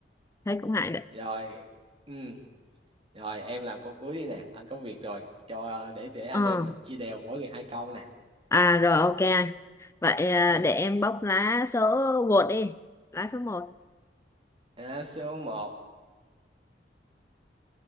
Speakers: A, on the left; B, on the right.
A: thấy cũng ngại đấy
B: rồi ừ Rồi em làm câu cuối đi nè, anh có việc rồi. Cho để để anh
A: ờ
B: em mình chia đều mỗi người hai câu nè.
A: à rồi ok anh vậy à,
B: Ừ.
A: để em bóc lá số một đi lá số một
B: À, số 1.